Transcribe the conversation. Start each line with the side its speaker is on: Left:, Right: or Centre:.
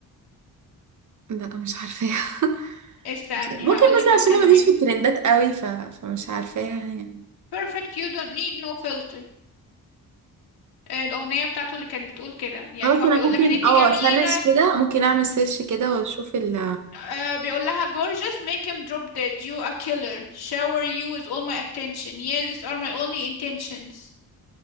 Right: لا مش عارفاها <laughs>
Left: استني
Right: ممكن
Left: هقولك
Right: مثلا عشان
Left: الكلمات
Right: انا ماليش في الترندات قوي ف... فمش عارفاها يعني
Left: perfect you don't need no filter آه، الأغنية بتاعته اللي كانت بتقول كده يعني
Right: خلاص
Left: هو
Right: انا
Left: بيقول
Right: ممكن
Left: لها ان انتي
Right: اه
Left: جميلة
Right: اسرش كده ممكن اعمل سيرش كده واشوف ال
Left: آه بيقول لها gorgeous make him drop dead you a killer shower you with all my attention yeah these are my only intentions